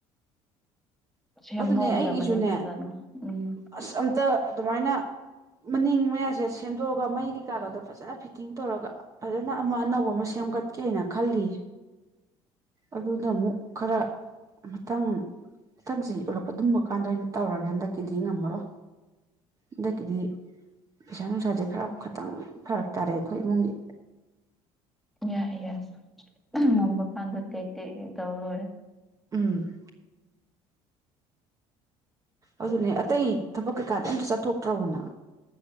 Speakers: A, in the centre; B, on the right (about 30°).
A: ꯁꯦꯝꯍꯧꯒꯗꯕꯅꯦ
B: ꯑꯗꯨꯅꯦ ꯑꯩꯒꯤꯁꯨꯅꯦ
A: ꯐꯖꯅ ꯎꯝ
B: ꯑꯁ ꯑꯝꯇ ꯑꯗꯨꯃꯥꯏꯅ ꯃꯅꯤꯡ ꯃꯌꯥꯁꯦ ꯁꯦꯝꯗꯣꯛꯑꯒ ꯃꯩꯒꯤ ꯀꯥꯒꯗꯣ ꯐꯖꯅ ꯐꯤꯠꯇꯤꯡ ꯇꯧꯔꯒ ꯐꯖꯅ ꯑꯃ ꯑꯅꯧꯕ ꯑꯃ ꯁꯦꯝꯒꯠ ꯀꯦꯅ ꯈꯜꯂꯤ ꯑꯗꯨꯅ ꯑꯃꯨꯛ ꯈꯔ ꯃꯊꯪ ꯃꯊꯪꯁꯤ ꯎꯠꯂꯛꯄ ꯑꯗꯨꯨꯝꯕ ꯀꯥꯟꯗ ꯑꯣꯏꯅ ꯇꯧꯔꯒꯦ ꯍꯟꯗꯛꯀꯤꯗꯤ ꯉꯝꯃꯔꯣ ꯑꯗꯒꯤꯗꯤ ꯄꯩꯁꯥ ꯅꯨꯡꯁꯥꯁꯦ ꯈꯔ ꯇꯪ ꯐꯔꯛ ꯇꯥꯔꯦ ꯑꯩꯈꯣꯏ ꯏꯃꯨꯡꯒꯤ
A: ꯌꯥꯏ ꯌꯥꯏ ꯉꯝꯕ ꯀꯥꯟꯗ ꯇꯦꯛ ꯇꯦꯛ ꯇꯧ ꯂꯣꯏꯔꯦ
B: ꯎꯝ ꯑꯗꯨꯅꯦ ꯑꯇꯩ ꯊꯕꯛ ꯀꯩꯀꯥꯗꯤ ꯑꯝꯇ ꯆꯠꯊꯣꯛꯇ꯭ꯔꯣꯅ